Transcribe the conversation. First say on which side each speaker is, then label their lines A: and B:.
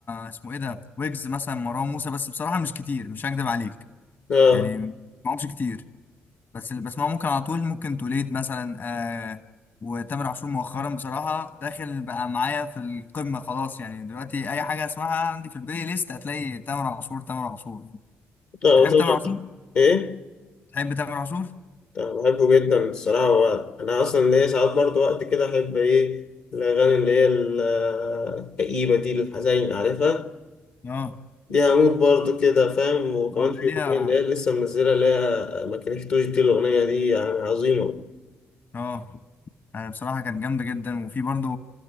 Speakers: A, on the left; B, on the left.
A: اسمه ايه ده ويجز مثلا مروان موسى بس بصراحه مش كتير مش هكدب عليك
B: اه
A: يعني ما بسمعهمش كتير بس اللي بسمعه ممكن على طول ممكن توليد مثلا آه وتامر عاشور مؤخرا بصراحه داخل بقى معايا في القمه خلاص يعني دلوقتي اي حاجه اسمعها عندي في البلاي ليست هتلاقي تامر عاشور تامر عاشور
B: طبعا
A: تحب
B: طبعا
A: تامر عاشور
B: ايه
A: تحب تامر عاشور
B: طبعا بحبه جدا الصراحه هو انا اصلا ليا ساعات برضو وقت كده احب ايه الاغاني اللي هي ال- الكئيبه دي الحزين عارفها
A: اه
B: دي هموت برضو كده فاهم وكمان
A: اه
B: في
A: ليها
B: اغنيه اللي هي لسه منزله اللي هي ما كرهتوش دي الاغنيه دي يعني عظيمه
A: اه آه، بصراحة كانت جامدة جدا وفي برضو